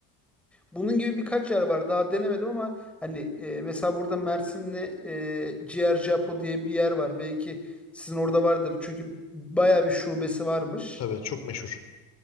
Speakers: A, in the centre; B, on the left.
A: Bunun gibi birkaç yer var. Daha denemedim ama hani e, mesela burada Mersin'de e, Ciğerci Apo diye bir yer var. Belki sizin orada vardır. Çünkü baya bir şubesi varmış.
B: Tabii çok meşhur.